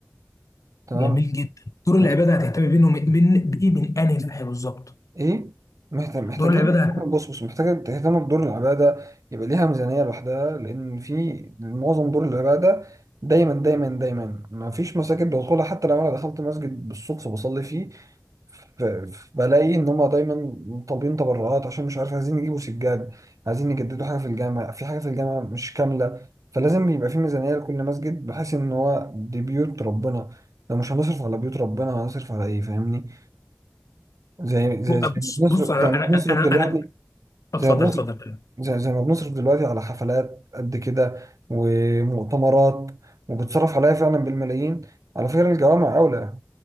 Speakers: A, on the right; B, on the left.
A: تمام
B: إيه؟ جميل جدا دور
A: مح...
B: العباده هتهتم بينه من من بايه من انهي ناحيه بالظبط
A: إيه محت... محتاجين
B: دور العباده
A: بص بص محتاجة تهتم بدور العبادة يبقى ليها ميزانية لوحدها لأن في معظم دور العبادة دايما دايما دايما ما فيش مساجد بدخلها حتى لو أنا دخلت مسجد بالصدفة بصلي فيه ف- بلاقي ان هم دايما طالبين تبرعات عشان مش عارف عايزين يجيبوا سجاد عايزين يجددوا حاجه في الجامع في حاجه في الجامع مش كامله فلازم يبقى في ميزانيه لكل مسجد بحيث ان هو دي بيوت ربنا لو مش هنصرف على بيوت ربنا هنصرف على ايه فاهمني زي زي
B: بص
A: زي ما بنصرف
B: بص انا
A: زي ما
B: انا
A: بنصرف
B: انا
A: دلوقتي
B: انا اتفضل
A: زي ما بنصرف
B: اتفضل
A: زي, زي ما بنصرف دلوقتي على حفلات قد كده ومؤتمرات وبتصرف عليها فعلا بالملايين على فكرة الجوامع أولى